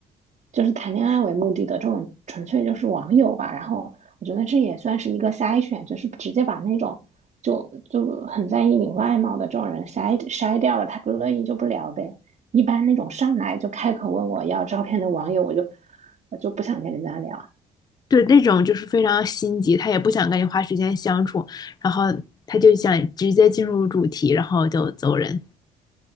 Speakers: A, on the right; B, on the left.
A: 就是谈恋爱为目的的这种，纯粹就是网友吧。然后我觉得这也算是一个筛选，就是直接把那种就就很在意你外貌的这种人筛筛掉了，他不乐意就不聊呗。一般那种上来就开口问我要照片的网友，我就我就不想跟人家聊。
B: 对，那种就是非常心急，他也不想跟你花时间相处，然后他就想直接进入主题，然后就走人。